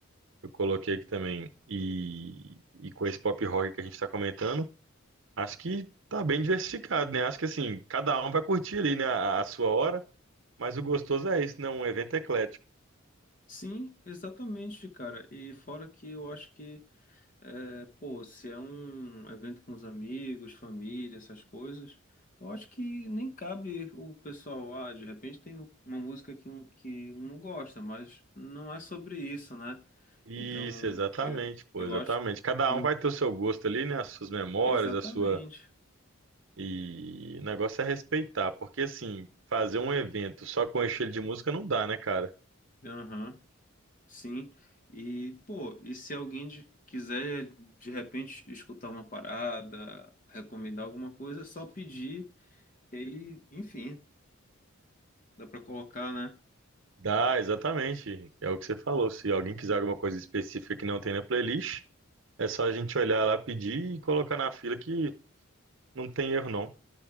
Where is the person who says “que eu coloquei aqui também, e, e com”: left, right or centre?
Right